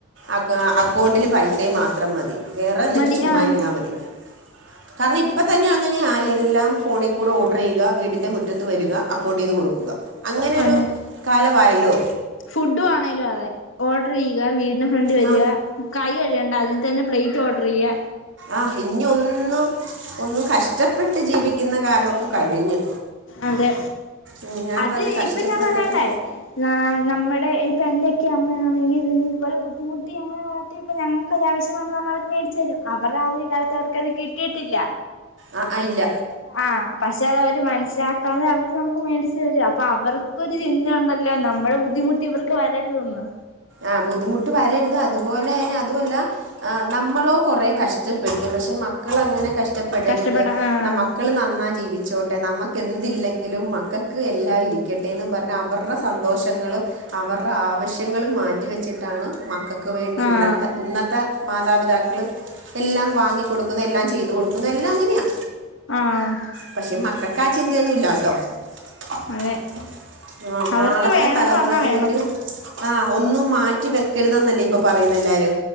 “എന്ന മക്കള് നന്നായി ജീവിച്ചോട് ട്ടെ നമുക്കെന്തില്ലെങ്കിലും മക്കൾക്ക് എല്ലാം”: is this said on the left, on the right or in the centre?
Right